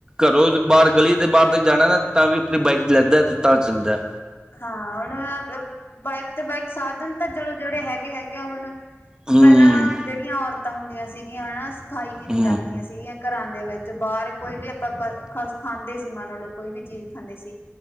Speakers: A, on the right; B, on the left.
A: ਘਰੋਂ ਬਾਹਰ, ਗਲੀ ਦੇ ਬਾਹਰ ਤੱਕ ਜਾਣਾ ਨਾ ਤਾਂ ਵੀ ਆਪਣੀ ਬਾਈਕ ਚ ਲੈਂਦਾ ਤੇ ਤਾਂ ਚੱਲਦਾ।
B: ਹਾਂ, ਹੁਣ ਬਾਈਕ ਤੇ ਬਾਈਕ ਸਾਧਨ ਤਾਂ ਚਲੋ ਜਿਹੜੇ ਹੈਗੇ-ਹੈਗੇ ਆ ਹੁਣ
A: ਹੂੰ
B: ਪਹਿਲਾਂ ਜਿਹੜੀਆਂ ਔਰਤਾਂ ਹੁੰਦੀਆਂ ਸੀਗੀਆਂ ਹੈਨਾ, ਸਫ਼ਾਈ ਕਿੰਨੀ
A: ਹੂੰ
B: ਰੱਖਦੀਆਂ ਸੀਗੀਆਂ। ਘਰਾਂ ਦੇ ਵਿੱਚ, ਬਾਹਰ। ਕੋਈ ਵੀ ਆਪਾਂ ਕੱਲ ਖਸ ਖਾਂਦੇ ਸੀ, ਮਨ ਲਓ ਕੋਈ ਵੀ ਚੀਜ਼ ਖਾਂਦੇ ਸੀ